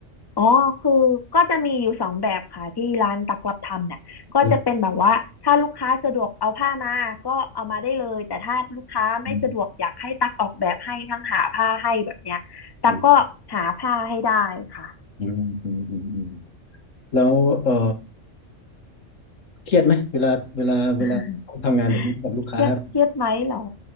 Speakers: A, on the left (about 20°); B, on the left (about 85°).
A: อ๋อคือก็จะมีอยู่สองแบบค่ะที่ร้านตักรับทำเนี่ยก็จะเป็นแบบว่าถ้าลูกค้าสะดวกเอาผ้ามาก็เอามาได้เลยแต่ถ้าลูกค้าไม่สะดวกอยากให้ตักออกแบบให้ทั้งหาผ้าให้แบบเนี้ยตักก็หาผ้าให้ได้ค่ะ
B: อืมอืมอืมอืมอืมอืมอืมแล้วเออเครียดไหมเวลาเวลาเวลาต้องทำงานแบบนี้กับลูกค้าล
A: <laughs> เครียดเครียดไหมเหรอ